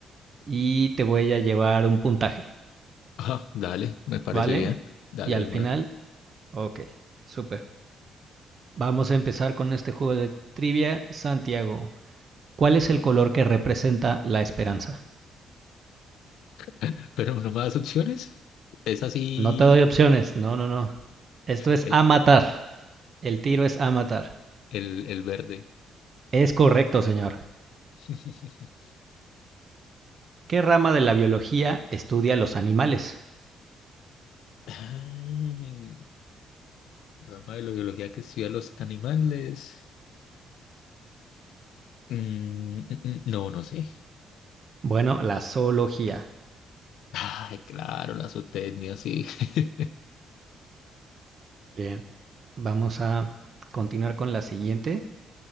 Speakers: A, on the right; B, on the left.
A: y te voy a llevar un puntaje,
B: Ah, dale, me parece
A: ¿vale?
B: bien. Dale
A: Y al
B: de
A: final,
B: una.
A: ok, súper. Vamos a empezar con este juego de trivia, Santiago. ¿Cuál es el color que representa la esperanza?
B: <laughs> Pero no más opciones. Es así
A: No te doy opciones. No, no, no. Esto es
B: el,
A: a matar. El tiro es a matar.
B: el, el verde.
A: Es correcto, señor.
B: <laughs>
A: ¿Qué rama de la biología estudia los animales?
B: Ay, Rama de la biología que estudia los animales. Mm, mm, mm, no, no sé.
A: Bueno, la zoología.
B: Ay, claro, la zootecnia, sí. <laughs>
A: Bien, vamos a continuar con la siguiente